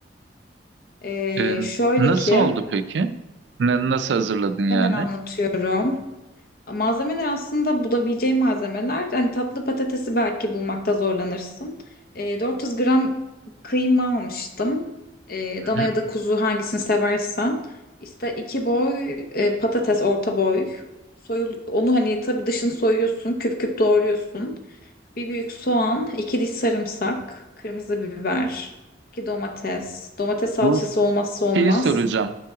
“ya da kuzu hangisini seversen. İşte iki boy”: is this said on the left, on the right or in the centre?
Left